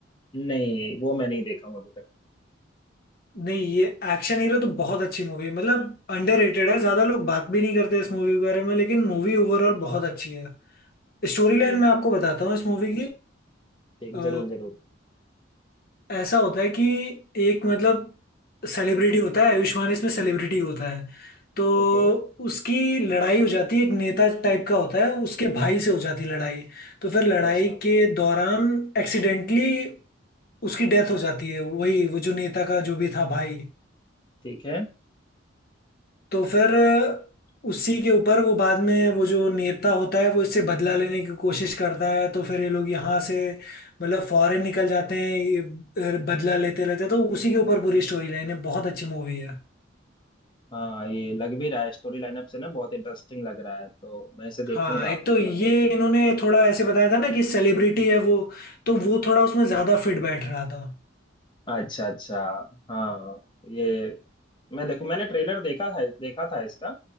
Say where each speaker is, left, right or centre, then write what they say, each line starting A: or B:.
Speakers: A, on the left; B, on the left.
A: नहीं वो मैं नहीं देखा हूँ अभी तक
B: नहीं ये एक्शन हीरो तो बहुत अच्छी मूवी है मतलब अंडररेटेड है ज्यादा लोग बात भी नहीं करते इस मूवी के बारे में लेकिन मूवी ओवरऑल बहुत अच्छी है स्टोरी लाइन
A: ठीक
B: मैं आपको बताता हूँ इस मूवी
A: ठीक
B: की
A: जरूर जरूर
B: ऐसा होता है कि एक मतलब सेलिब्रिटी होता है आयुष्मान इसमें सेलिब्रिटी होता है तो
A: ओके
B: उसकी लड़ाई हो जाती है एक नेता टाइप का होता है उसके भाई से हो जाती है लड़ाई तो फिर लड़ाई
A: अच्छा
B: के दौरान एक्सीडेंटली उसकी डेथ हो जाती है वही वो जो नेता का जो भी था भाई
A: ठीक है
B: तो फिर उसी के ऊपर वो बाद में वो जो नेता होता है वो इससे बदला लेने की कोशिश करता है तो फिर ये लोग यहाँ से मतलब फॉरेन निकल जाते हैं ये बदला लेते रहते हैं तो उसी के ऊपर पूरी स्टोरी लाइन है बहुत अच्छी मूवी है
A: हाँ ये लग भी रहा है स्टोरी लाइनअप से ना बहुत इंटरेस्टिंग लग रहा है तो मैं इसे देखूंगा
B: हाँ एक
A: मैं
B: तो ये
A: जल्दी ही
B: इन्होंने थोड़ा ऐसे बताया था ना कि सेलिब्रिटी है वो तो वो थोड़ा उसमें ज्यादा फिट बैठ रहा था
A: अच्छा अच्छा हाँ ये मैं देखू मैंने ट्रेलर देखा था देखा था इसका